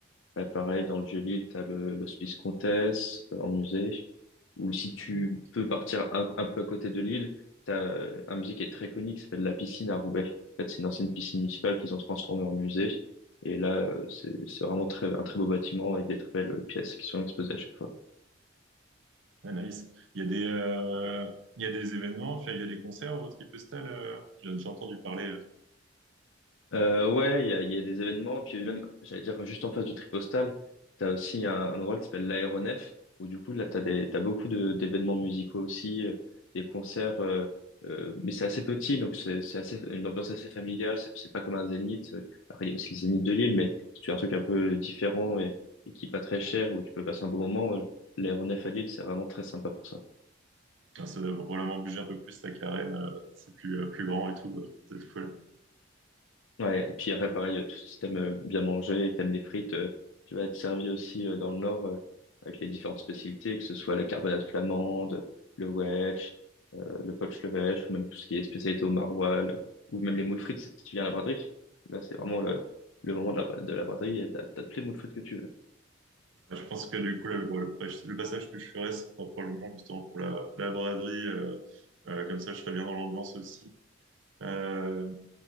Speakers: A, on the left; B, on the right.
A: Euh, pareil, dans le Vieux-Lille, t'as le, l'Hospice Comtesse euh, en musée, ou si tu
B: avec-
A: peux partir un, un peu à côté de Lille, t'as euh, un musée qui est très connu qui s'appelle La Piscine à Roubaix. En fait, c'est une ancienne piscine municipale qu'ils ont transformée en musée. Et là, euh, c'est c'est vraiment très, un très beau bâtiment avec des très belles pièces qui sont exposées à chaque fois.
B: ah, nice. Il y a des euh, il y a des événements, enfin, il y a des concerts au Tripestal. Euh, j'ai j'ai entendu parler. euh,
A: Euh, ouais, il y a, il y a des événements, puis même, j'allais dire, juste en face du Tripostal, t'as aussi un, un endroit qui s'appelle l'Aéronef, où du coup, là, t'as des, t'as beaucoup de, d'événements musicaux aussi, euh, des concerts, euh, euh, mais c'est assez petit, donc c'est, c'est assez, une ambiance assez familiale, c'est, c'est pas comme un Zénith, euh, après, il y a aussi le Zénith de Lille, mais si tu veux un truc un peu différent et, et qui est pas très cher, où tu peux passer un bon moment, euh, l'Aéronef à Lille, c'est vraiment très sympa pour ça.
B: enfin, Ça doit vraiment bouger un peu plus la carène, euh, c'est plus euh, plus grand et tout. euh, C'est cool.
A: Ouais, et puis après, pareil, euh, tout, si t'aimes euh, bien manger et que t'aimes les frites, euh, tu vas être servi aussi euh, dans le Nord euh, avec les différentes spécialités, que ce soit la carbonade flamande, le wedge, euh, le poach levèche, ou même tout ce qui est spécialité au maroilles, euh, ou même les moules frites, si tu viens à la braderie. Là, c'est vraiment le, le moment de la, de la braderie et t'as, t'as toutes les moules frites que tu veux.
B: Ouais, Je pense que du coup, là, le, le passage que je ferais, c'est probablement justement pour la, la braderie. euh, euh, comme ça, je serais bien dans l'ambiance aussi. Euh,